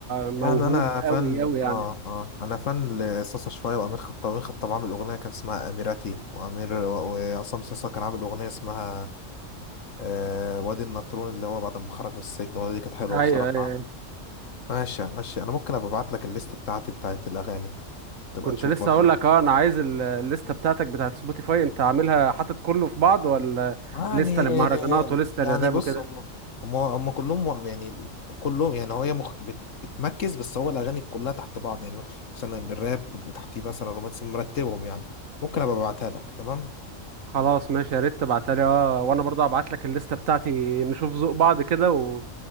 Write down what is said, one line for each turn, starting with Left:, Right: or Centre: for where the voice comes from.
Right: موهوب
Left: يعني انا فن
Right: قوي قوي يعني
Left: اه اه انا فن لصاصا شويه وامين خطاب امين خطاب عامل اغنيه كان اسمها اميراتي وامير وعصام صاصا كان عامل اغنيه اسمها آه وادي النطرون اللي هو بعد ما خرج من السجن الأغنية دي كانت حلوه
Right: ايوه
Left: بصراحه
Right: ايوه أيوة.
Left: ماشي ماشي انا ممكن ابقى ابعت لك الليست بتاعتي بتاعت الاغاني تبقى
Right: كنت
Left: تشوف
Right: لسه
Left: برضه
Right: اقول لك اه انا عايز ال- الليسته بتاعتك بتاعت سبوتيفاي انت عاملها حاطط كله في بعض ولا
Left: يعني
Right: لسته للمهرجانات ولسته
Left: يعني
Right: للراب
Left: بص
Right: وكده
Left: هم هم هم كلهم و- يعني كلهم يعني هو هي مخ... بت... بتمركز بس هو الاغاني كلها تحت بعض يعني مثلا الراب تحتيه مثلا الرومانسي مرتبهم يعني ممكن ابقى ابعتها لك تمام
Right: خلاص ماشي يا ريت تبعتها لي اه وانا برضه هبعت لك الليسته بتاعتي نشوف ذوق بعض كده و...